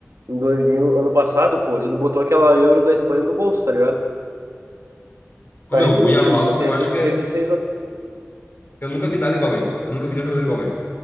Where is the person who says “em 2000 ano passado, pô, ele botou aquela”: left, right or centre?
Right